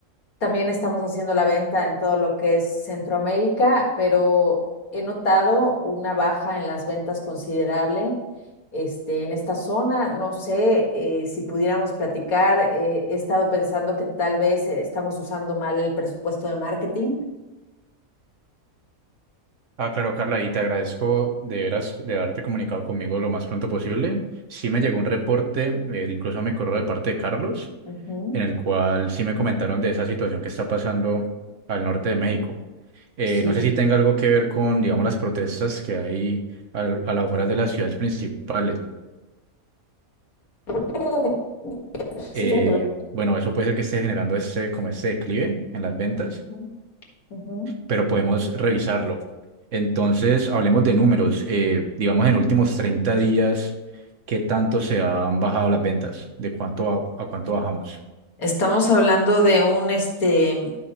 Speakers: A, on the left; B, on the right.
A: también estamos haciendo la venta en todo lo que es Centroamérica, pero he notado una baja en las ventas considerable. Este, en esta zona, no sé eh, si pudiéramos platicar, eh, he estado pensando que tal vez eh, estamos usando mal el presupuesto de marketing.
B: Ah, claro, Carla, y te agradezco de veras de haberte comunicado conmigo lo más pronto posible. Sí me llegó un reporte, eh, incluso a mi correo de parte de Carlos,
A: Ujú,
B: en el cual sí me comentaron de esa situación que está pasando al norte de México. Eh,
A: Sí.
B: no sé si tenga algo que ver con, digamos, las protestas que hay al- a las afueras de las ciudades principales.
A: Creo que sí
B: Eh,
A: tiene que ver.
B: bueno, eso puede ser que esté generando este, como este declive en las ventas,
A: Ujú, ujú.
B: pero podemos revisarlo. Entonces, hablemos de números. Eh, digamos, en últimos 30 días, ¿qué tanto se han bajado las ventas? ¿De cuánto a, a cuánto bajamos?
A: Estamos hablando de un este